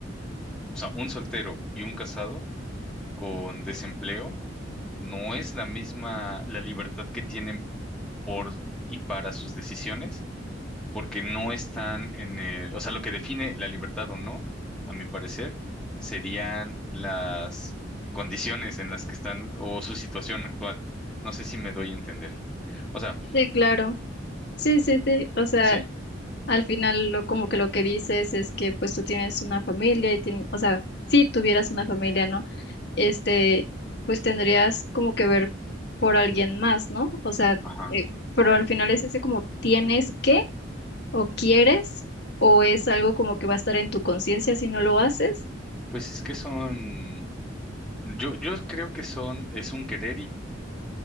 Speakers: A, in the centre; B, on the left.
A: O sea, un soltero y un casado con desempleo no es la misma la libertad que tienen por y para sus decisiones, porque no están en el, o sea, lo que define la libertad o no, a mi parecer, serían las condiciones en las que están o su situación actual. No sé si me doy a entender. O sea,
B: Sí, claro. Sí, sí, sí. O sea,
A: sí,
B: al final lo como que lo que dices es que pues tú tienes una familia y tien- o sea, si tuvieras una familia, ¿no? este, pues tendrías como que ver por alguien más, ¿no? O sea,
A: ajá.
B: eh, pero al final es ese como tienes que o quieres o es algo como que va a estar en tu conciencia si no lo haces.
A: Pues es que son, yo, yo creo que son, es un querer y,